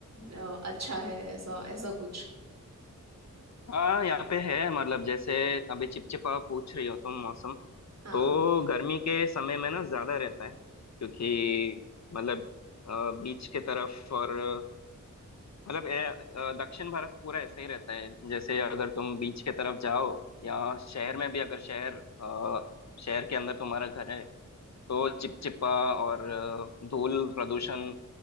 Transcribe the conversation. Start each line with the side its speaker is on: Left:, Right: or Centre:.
Right: अ, अच्छा है ऐसा ऐसा कुछ
Left: हाँ यहाँ पे है मतलब जैसे अभी चिपचिपा पूछ रही हो तुम मौसम
Right: हाँ
Left: तो गर्मी के समय में ना ज्यादा रहता है क्योंकि मतलब अ, बीच के तरफ और अ, मतलब ए, अ, दक्षिण भारत पूरा ऐसे ही रहता है जैसे अगर तुम बीच के तरफ जाओ या शहर में भी अगर शहर अ, शहर के अंदर तुम्हारा घर है तो चिपचिपा और अ, धूल प्रदूषण